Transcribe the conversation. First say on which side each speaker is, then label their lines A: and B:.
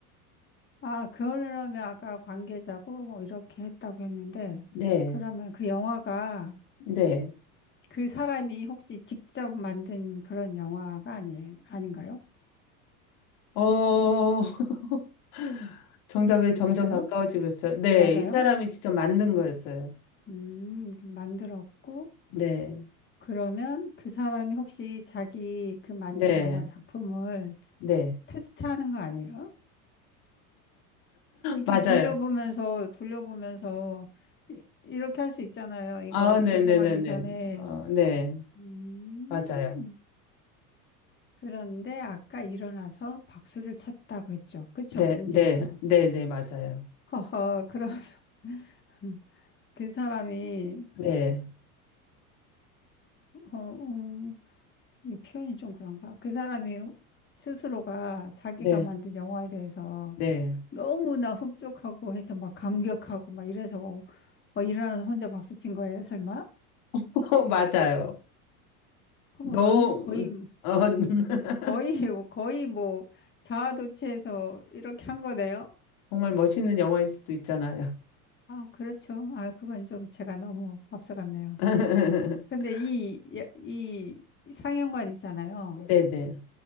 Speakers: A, on the left; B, on the left.
A: 아, 그러면 아까 관계자고 뭐 이렇게 했다고 했는데
B: 네.
A: 그러면 그 영화가
B: 네.
A: 그 사람이 혹시 직접 만든 그런 영화가 아니, 아닌가요?
B: 어, <laughs> 정답에 점점
A: 맞아요?
B: 가까워지고 있어요. 네.
A: 맞아요?
B: 이 사람이 진짜 맞는 거였어요.
A: 음, 만들었고
B: 네.
A: 그러면 그 사람이 혹시 자기 그 만든
B: 네.
A: 영화 작품을
B: 네.
A: 테스트하는 거 아니에요? 이렇게
B: 맞아요.
A: 돌려보면서 돌려보면서 이- 이렇게 할 수 있잖아요. 이거
B: 아, 네네네네.
A: 개봉하기 전에
B: 어, 네.
A: 음,
B: 맞아요.
A: 그런데 아까 일어나서 박수를 쳤다고 했죠. 그쵸?
B: 네.
A: 문제에서.
B: 네. 네. 네. 맞아요.
A: 허허, 그럼 <laughs> 그 사람이,
B: 네.
A: 어, 음, 이 표현이 좀 그런가? 그 사람이 스스로가 자기가
B: 네.
A: 만든 영화에 대해서
B: 네.
A: 너무나 흡족하고 해서 막 감격하고 막 이래서 막 일어나서 혼자 박수 친 거예요, 설마?
B: <laughs> 맞아요.
A: 그러면
B: 너,
A: 완- 거의
B: 음, 어, <laughs>
A: 거의 뭐 거의 뭐 자아도취해서 이렇게 한 거네요.
B: 정말 멋있는 영화일 수도 있잖아요.
A: 아, 그렇죠. 아, 그건 좀 제가 너무 앞서갔네요.
B: <laughs>
A: 근데 이, 이, 이 상영관 있잖아요.
B: 네네.